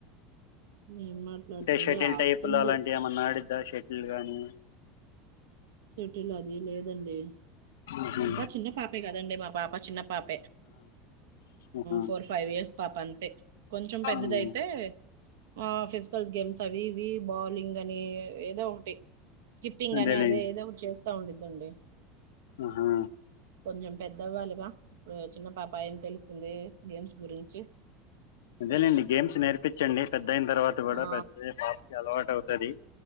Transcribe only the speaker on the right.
ఏం మాట్లాడుతుంది
ఆడుతుంది.
షటిల్ అది లేదండి
ఇంకా చిన్న పాపే కదండి మా పాప చిన్న పాపే
ఫోర్ ఫైవ్ ఇయర్స్ పాప అంతే కొంచెం పెద్దదైతే
ఆ ఫిజికల్ గేమ్స్ అవి ఇవి బౌలింగ్ అని ఏదో ఒకటి స్కిప్పింగ్
అని అదే ఏదో ఒకటి చే <unintelligible>
కొంచెం పెద్దవాళ్ళు. గా ఇప్పుడు చిన్న పాప ఏం తెలుస్తుంది గేమ్స్ గురించి.
ఆ